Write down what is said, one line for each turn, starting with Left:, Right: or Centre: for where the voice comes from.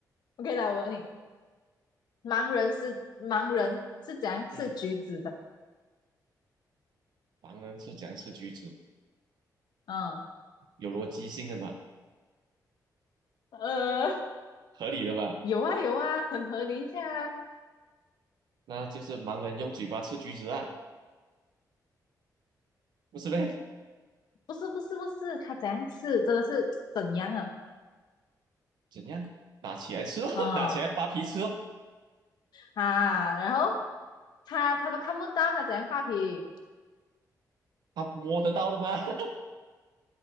Left: OK，来我问你，盲人是盲人是怎样吃橘子的？
Right: 嗯，盲人是讲吃橘子？
Left: 嗯
Right: 有逻辑性的嘛，
Left: 呃，
Right: 合理的吧？
Left: 有啊有啊，很合理一下啊。
Right: 那就是盲人用嘴巴吃橘子啊，不是呗？
Left: 不是不是不是，他怎样吃真的是怎样啊？
Right: 怎样？拿起来吃哦，<laughs>
Left: 哦
Right: 拿起来扒皮吃哦，
Left: 啊，然后他他都看不到他怎样发脾
Right: 他摸得到的吗？<laughs>